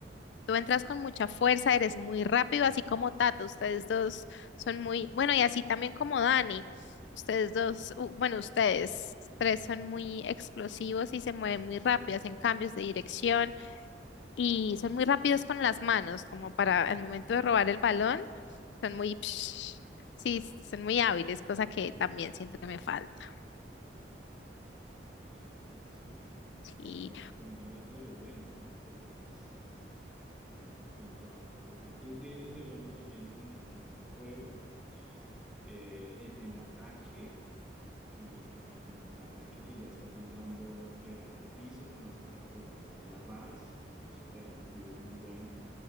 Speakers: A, on the left (about 75°); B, in the centre.
A: Tú entras con mucha fuerza, eres muy rápido, así como Tato. Ustedes dos son muy, bueno, y así también como Dani. Ustedes dos, u- bueno, ustedes tres son muy explosivos y se mueven muy rápido, hacen cambios de dirección y son muy rápidos con las manos, como para el momento de robar el balón, son muy, psh, sí, son muy hábiles, cosa que también siento que me falta.
B: Ok, sí.
A: Y
B: Y bueno, también hablando de lo bueno, ¿no? Porque pues en, en cuanto a, a lo que tú tienes de bueno también en el, en el juego, eh, en el ataque, y bueno, en el ataque que ya estás entrando pegada al piso con la espalda totalmente a ras, y eso te da un plus muy bueno